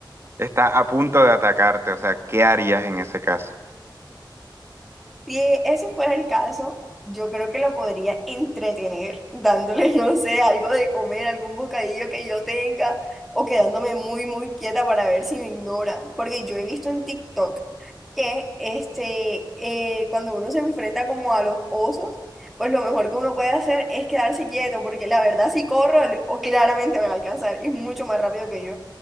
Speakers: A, on the right; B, in the centre.
A: está a punto de atacarte, o sea, ¿qué harías en ese caso?
B: Si ese fuera el caso, yo creo que la podría entretener dándole, <laughs> no sé, algo de comer, algún bocadillo que yo tenga o quedándome muy, muy quieta para ver si me ignora. Porque yo he visto en TikTok que este, eh, cuando uno se enfrenta como a los osos, pues lo mejor que uno puede hacer es quedarse quieto, porque la verdad si corro, el- o claramente me va a alcanzar, es mucho más rápido que yo.